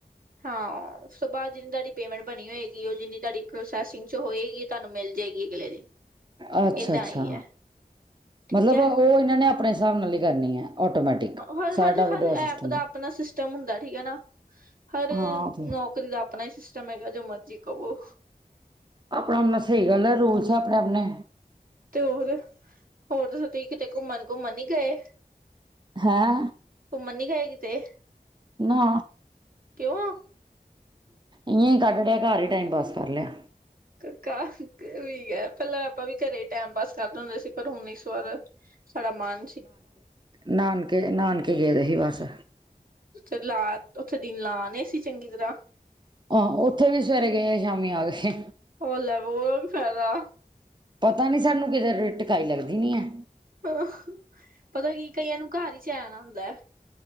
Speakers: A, on the right; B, on the right.
A: ਹਾਂ ਅ ਉਸ ਤੋਂ ਬਾਅਦ ਜਿੰਨੀ ਤਾਡੀ ਪੇਮੈਂਟ ਬਣੀ ਹੋਏਗੀ ਓ ਜਿੰਨੀ ਤਾਡੀ ਪ੍ਰੋਸੈਸਿੰਗ ਚ ਹੋਏਗੀ ਤੁਆਨੂੰ ਮਿਲ ਜਾਏਗੀ ਅਗਲੇ ਦਿਨ
B: ਅੱਛਾ-ਅੱਛਾ।
A: ਏਦਾਂ ਹੀ ਹੈ ਠੀਕ
B: ਮਤਲਬ
A: ਹੈ
B: ਓਹ ਏਨਾਂ ਨੇ ਆਪਣੇ ਸਾਬ ਨਾਲ ਈ ਕਰਨੀ ਐ ਆਟੋਮੈਟਿਕ
A: ਹਰ-ਹਰ
B: ਸਾਡਾ ਵਿਡਰਾ
A: ਐਪ
B: ਸਿਸਟਮ
A: ਦਾ
B: ਹੈ
A: ਅਪਣਾ ਸਿਸਟਮ ਹੁੰਦਾ ਠੀਕ ਏ ਨਾ ਹਰ
B: ਹਾਂ ਉਹ ਤੇ
A: ਓ ਕੈਂਦੇ ਆਪਣਾ ਈ ਸਿਸਟਮ ਹੈਗਾ ਜੋ ਮਰਜ਼ੀ ਕਹਵੋ
B: ਆਪਣਾ-ਆਪਣਾ ਸਈ ਗੱਲ ਐ, ਰੂਲਸ ਏ ਆਪਣੇ-ਆਪਣੇ
A: ਤੇ ਹੋਰ, ਹੋਰ ਤੁਸੀਂ ਠੀਕ ਕਿਤੇ ਕੁੰਮਣ-ਕੁੰਮਣ ਨੀ ਗਏ
B: ਹੈਂ।
A: ਕੁੰਮਣ ਨੀ ਗਏ ਕਿਤੇ?
B: ਨਾ
A: ਕਿਉਂ।
B: ਇ ਵੇਂ ਹੀ ਕੱਢ ਲਿਆ ਘਰ ਹੀ ਟਾਈਮ ਪਾਸ ਕਰ ਲਿਆ
A: ਕਕਾ ਵੀ ਪੈਲਾਂ ਆਪਾਂ ਵੀ ਘਰੇ ਟੈਮ ਪਾਸ ਕਰਦੇ ਹੁੰਦੇ ਸੀ ਪਰ ਹੁਣ ਇਸ ਵਾਰ ਸਲਾਮਾਨ <unintelligible>
B: ਨਾਨਕੇ ਗਏਦੇ ਸੀ ਬਸ
A: ਥੇ ਲਾ ਉਥੇ ਦਿਨ ਲਾਆਣੇ ਸੀ ਚੰਗੀ ਤਰ੍ਹਾਂ
B: ਹਾਂ ਉੱਥੇ ਵੀ ਸਵੇਰੇ ਗਏ ਸ਼ਾਮੀ ਆ ਗਏ
A: ਹੋ ਲੈ ਉਹ ਫਾਇਦਾ
B: ਪਤਾ ਨੀ ਸਾਨੂੰ ਕਿਦੇੇਟ ਸਕਾਈ ਲੱਗਦੀ ਨਹੀਂ ਹੈ
A: ਹ ਪਤਾ ਕੀ ਕਈਆਂ ਨੂੰ ਘਰ ਹੀ ਚੈਨ ਆਂਦਾ ਹੁੰਦਾ